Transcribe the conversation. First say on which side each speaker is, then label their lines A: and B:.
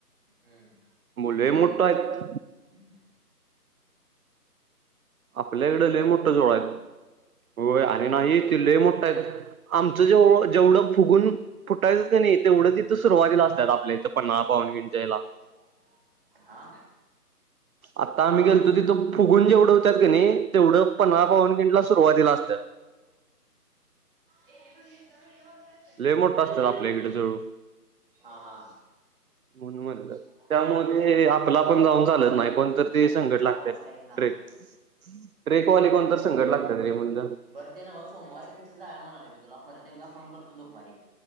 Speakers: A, on the right; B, on the right.
A: हम्म.
B: मु लय मोठं आहेत.
A: <unintelligible> मोठं
B: आपल्या
A: मग
B: इकड
A: ते
B: लय
A: रक्त
B: मोठं
A: केवढं
B: जोळ
A: वढल
B: आहेत. होय. आणि नाहीत ते लय मोठ आहेत. आमचं जेवढ जेवढं फुगून. फुटायचंच कनी. तेवढं तिथ सुरुवातीला असतात आपल्या इथं पन्हाळा पावनखिंड च्या हेला.
A: अ <unintelligible> हा.
B: आता आम्ही
A: हे
B: गेलतो
A: हीच
B: तिथं. फुगुन जेवढं होत्यात कणी तेवढं पन्हाळा पावनखिंड ला सुरुवातीला असत्यात.
A: ए आय हेचा व्हिडिओ बघतात.
B: लय मोठ असत्यात आपल्या इकडे जळू.
A: हा हा.
B: म्हणून म्हणलं.
A: चहा
B: त्यामुळे ते
A: तेन
B: आपला
A: पिला का भाऊ?
B: पण जाऊन चालत नाही कोणतर ते संकट
A: तुमचा
B: लागत्यात.
A: आवाज काही ना.
B: ट्रेक ट्रेकवाले कोणतर संगट लागतात रे म्हणल.
A: बरं ते नव्ह सोमवारी फिक्स जाऊया म्हणाय लागल्यात. तुला परत एकदा फोन करतो दुपारी.